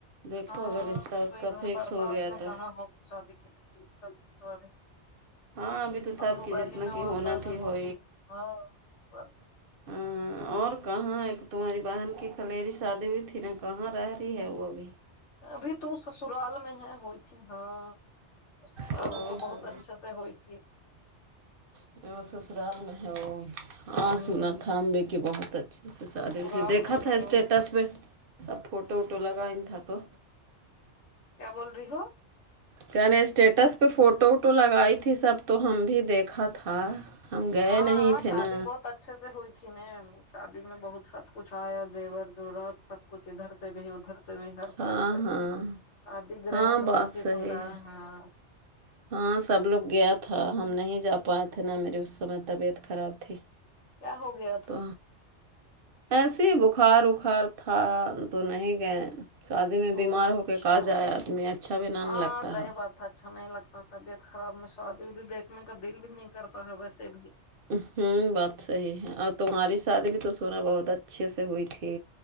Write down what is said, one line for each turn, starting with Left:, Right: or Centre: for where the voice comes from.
Right: دیکھو
Left: ہاں
Right: اگر رشتہ اس
Left: تو
Right: کا
Left: ادھر
Right: فکس
Left: برسات
Right: ہو گیا
Left: میں
Right: تو
Left: کہاں ہو شادی کسی کی سب تو ابھی
Right: ہاں ابھی تو سب
Left: اکتوبر
Right: کی جتنا
Left: ہی نومبر
Right: کی ہونا تھی
Left: میں ہوتی
Right: ہو
Left: ہے ہاں صحیح بات ہے
Right: ہمم اور کہاں ہے تمہاری بہن کی پلری شادی ہوئی تھی نا کہاں رہ رہی ہے وہ ابھی
Left: ابھی تو سسرال میں ہے وہی تھی ہاں شادی
Right: او
Left: تو بہت
Right: ہو
Left: اچھے سے ہوئی تھی
Right: ابھی وہ سسرال میں ہے وہ ہاں
Left: ہوں
Right: سنا تھا ہم بھی کہ بہت اچھے سے شادی
Left: سسرال
Right: تھی دیکھا
Left: میں
Right: تھا
Left: ہے
Right: اسٹیٹس
Left: وہ
Right: پہ سب فوٹو ووٹو لگائیں تھا تو
Left: کیا بول رہی ہو
Right: کیا نے اسٹیٹس پہ فوٹو ووٹو لگائی تھی سب تو ہم بھی دیکھا تھا ہم گئے
Left: ہاں
Right: نہیں تھے
Left: شادی
Right: نا
Left: بہت اچھے سے ہوئی تھی نہ شادی میں بہت سب کچھ آیا زیور زیورات سب کچھ ادھر سے بھی ادھر سے بھی ہر
Right: ہاں
Left: طرف سے
Right: ہاں
Left: شادی گرنڈ
Right: ہاں بات
Left: ہوئی تھی
Right: صحیح
Left: پورا
Right: ہے
Left: ہاں
Right: ہاں سب لوگ گیا تھا ہم نہیں جا پائے تھے نہ میری اس سمے طبیعت خراب تھی
Left: کیا ہو گیا تھا
Right: تو ایسے ہی بخار وخار تھا تو نہیں گئے شادی میں
Left: او
Right: بیمار
Left: اچھا
Right: ہو کے کہا جائے آدمی اچھا بھی نہ
Left: ہاں
Right: لگتا
Left: صحیح
Right: ہے
Left: بات اچھا نہیں لگتا طبیعت خراب میں شادی ودی دیکھنے کا دل بھی نہیں کرتا ہے ویسے بھی
Right: ہمم بات صحیح ہے اور تمہاری شادی بھی تو سونا بہت اچھے سے ہوئی تھی